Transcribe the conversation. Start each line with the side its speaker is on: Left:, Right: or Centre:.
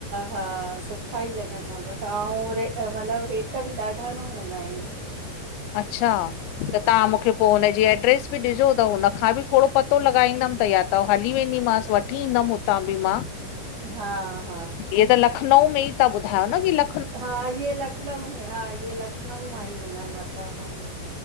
Right: हा सुठा ई लॻंदा तस ऐं रे मतलबु रेट बि ॾाढा न हूंदा आहिन
Left: अच्छा त तव्हां मूंखे पोई हुनजी एड्रेस बि ॾिजो त हुन खां बि थोरो पतो लॻाईंदम त या त हली वेंदीमास वठी ईंदम हुतां बि मां
Right: हा हा
Left: या त लखनऊ में ई ता ॿधायो न लख
Right: हा इहे लखनऊ में हा इहे लखनऊ मां ही हुननि वठता तउं